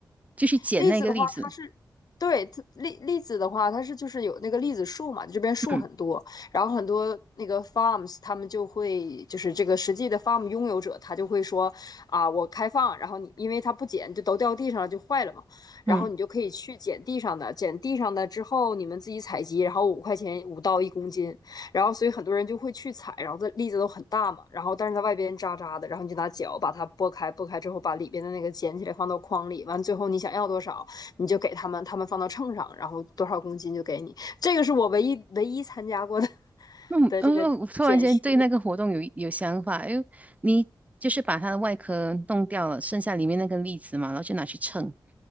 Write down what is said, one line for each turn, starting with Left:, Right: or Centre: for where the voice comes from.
Right: 就去捡那个栗子。
Left: 栗子的话，它是对它栗栗子的话，它是就是有那个栗子树嘛，这边树很多，
Right: 嗯
Left: 然后很多那个 farms 他们就会就是这个实际的 farm 拥有者，他就会说啊，我开放，然后你因为它不捡就都掉地上了就坏了嘛，然后你就可以去捡地上的，
Right: 嗯
Left: 捡地上的之后你们自己采集，然后五块钱五到一公斤，然后所以很多人就会去采，然后它栗子都很大嘛，然后但是它外边渣渣的，然后你就拿脚把它剥开，剥开之后把里边的那个捡起来放到筐里，完最后你想要多少你就给他们，他们放到秤上，然后多少公斤就给你。这个是我唯一唯一参加过的 <laughs>
Right: 嗯嗯，
Left: 的这个捡食，
Right: 我突然间对那个活动有有想法，因为你就是把它的外壳弄掉了，剩下里面那个栗子嘛，然后就拿去称。